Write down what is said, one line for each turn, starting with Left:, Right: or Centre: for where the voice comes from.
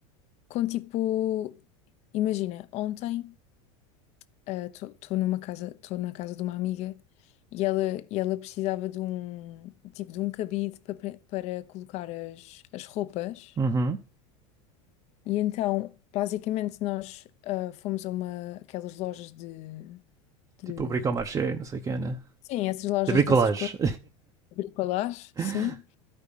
Left: com tipo, imagina, ontem estou numa casa, estou na casa de uma amiga e ela, e ela precisava de um, tipo, de um cabide para, pre- para colocar as, as roupas
Right: Uhum.
Left: e então, basicamente, nós ah, fomos a uma, aquelas lojas de de-
Right: Tipo o bricomarché, não sei o que, né?
Left: Sim, essas lojas
Right: De bricolage.
Left: dessas coisas bricolage,
Right: <laughs>
Left: sim.